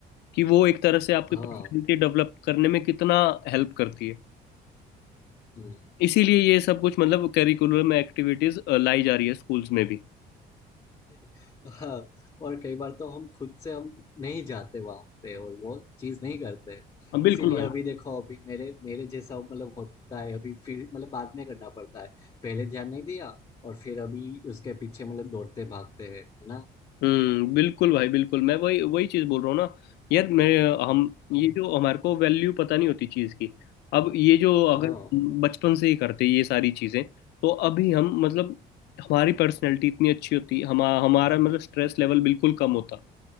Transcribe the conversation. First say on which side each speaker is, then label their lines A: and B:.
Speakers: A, on the left (about 80°); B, on the left (about 30°).
A: कि वो एक तरह से आपकी
B: हाँ
A: पर्सनैलिटी डेवलप करने में कितना हेल्प करती है
B: हम्म,
A: इसीलिए ये सब कुछ मतलब करिकुलम एक्टिविटीज लाई जा रही है स्कूल्स में भी
B: <laughs> हाँ और कई बार तो हम खुद से हम नहीं जाते वहां पे और वो चीज नहीं करते
A: हाँ, बिल्कुल
B: इसीलिए
A: भाई
B: अभी देखो अभी मेरे मेरे जैसा मतलब होता है अभी फिर मतलब बाद में करना पड़ता है पहले ध्यान नहीं दिया और फिर अभी उसके पीछे मतलब दौड़ते भागते हैं है ना
A: हम्म बिल्कुल भाई बिल्कुल मैं वही वही चीज़ बोल रहा हूँ ना यार मैं हम
B: हाँ
A: ये जो हमारे को वैल्यू पता नहीं होती चीज़ की अब ये जो
B: हाँ
A: अगर बचपन से ही करते ये सारी चीज़ें तो अभी हम मतलब हमारी पर्सनैलिटी इतनी अच्छी होती हम हमारा मतलब स्ट्रेस लेवल बिल्कुल कम होता